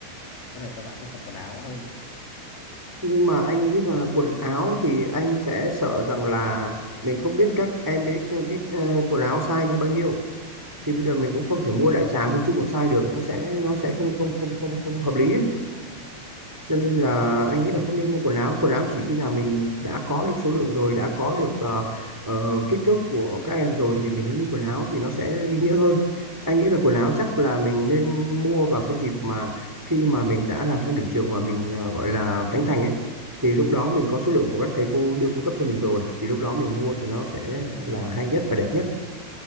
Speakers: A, on the left; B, in the centre.
A: có thể các bạn sẽ cần quần áo hơn
B: nhưng mà anh nghĩ rằng là quần áo thì anh sẽ sợ rằng là mình không biết các em đấy xem cái ờ, quần áo size như bao nhiêu thì bây giờ mình cũng không thể mua đại trà mua chung một size được nó sẽ nó sẽ không không không không không hợp lý ấy. cho nên là anh nghĩ là không nên mua quần áo quần áo chỉ khi nào mình đã có được số lượng rồi đã có được ờ, ờ, kích thước của các em rồi thì mình mới mua quần áo thì nó sẽ ý nghĩa hơn anh nghĩ là quần áo chắc là mình nên mua vào cái dịp mà khi mà mình đã làm xong điểm trường và mình ờ, gọi là khánh thành ấy thì lúc đó mình có số lượng của các thầy cô đưa cung cấp cho mình rồi thì lúc đó mình mua thì nó sẽ là hay nhất và đẹp nhất